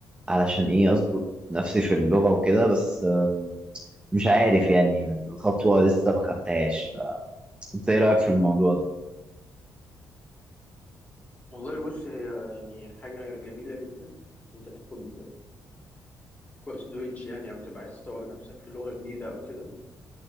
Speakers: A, on the right; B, on the left.
A: علشان ايه اظبط نفسي في اللغة وكده بس آه، مش عارف يعني الخطوة لسه ما خدتهاش انت ايه رايك في الموضوع ده
B: والله بص هي يعني حاجه جميله جدا انت تاخد كورس دويتش يعني او تبقى عايز تطور نفسك في لغه جديده او كده